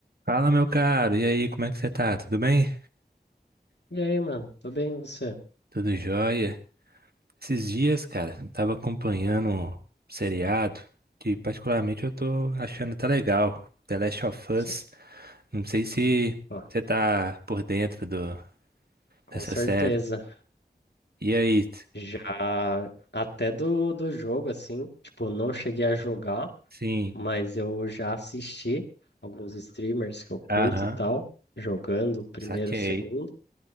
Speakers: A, on the right; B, on the left.
A: Fala, meu caro. E aí, como é que você tá? Tudo bem?
B: E aí, mano? Tô bem, e você?
A: Tudo jóia? Esses dias, cara, eu tava acompanhando um seriado que particularmente eu tô achando tá legal. The Last of Us.
B: Você-
A: Não sei se
B: Opa,
A: você tá por dentro do,
B: com
A: dessa
B: certeza.
A: série. E aí? t-
B: Já até do, do jogo, assim, tipo, não cheguei a jogar,
A: Sim.
B: mas eu já assisti alguns streamers que eu curto
A: Aham.
B: e tal, jogando o primeiro,
A: Saquei.
B: o segundo.